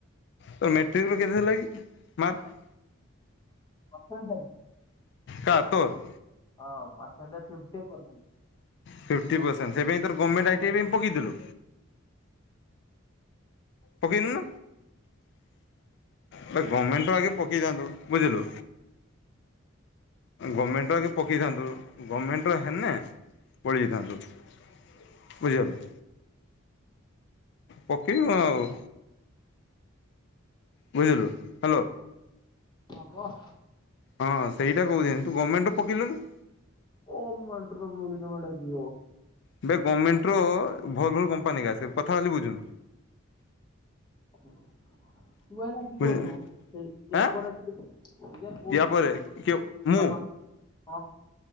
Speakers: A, on the left; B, on the left.
A: ତୋ ମେ ଟ୍ରିକ୍ ରେ କେତେ ଥିଲା କି ମାର୍କ?
B: ପରସେଣ୍ଟେଜ
A: କାର୍ ତୋର୍?
B: ହଁ percent fifty percent.
A: fifty percent ସେଇ ପାଇଁ ତୋର ଗମେଣ୍ଟ୍ ଆ ଟି ଆଇ ପାଇଁ ପକେଇଥିଲୁ? ପକେଇ ନୁ ନା ଆବେ ଗମେଣ୍ଟ୍ ର ଆଗେ ପକେଇ ଥାନ୍ତୁ। ବୁଝିଲୁ। ଗମେଣ୍ଟ ର ଆଗେ ପକେଇଥାନ୍ତୁ ଗମେଣ୍ଟର ହେନେ ପଳେଇଯାଇଥାନ୍ତୁ ବୁଝିଗଲୁ। ପକେଇବୁ ଆଉ। ବୁଝିଲୁ ହ୍ୟାଲୋ
B: ହଁ କହ।
A: ହଁ ସେଇଟା କହୁଚି ତୁ ଗମେଣ୍ଟ୍ ର ପକେଇଲୁନି।
B: ଗମେଣ୍ଟ୍ ର ମୁଁ ଯେମିତିଆ ଗୋଟେ <unintelligible>
A: ଆବେ ଗମେଣ୍ଟ୍ ର ଭଲ ଭଲ କମ୍ପାନୀ ଏକା ସେ କଥା ଖାଲି ବୁଝୁନୁ।
B: <unintelligible>
A: ବୁଝି ଆଁ
B: <unintelligible>
A: ୟା ପରେ କିଏ ମୁଁ